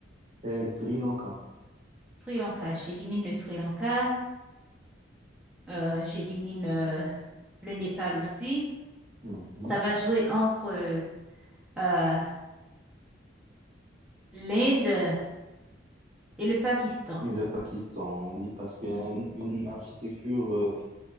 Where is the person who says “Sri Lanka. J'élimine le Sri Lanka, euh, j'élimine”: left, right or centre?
Centre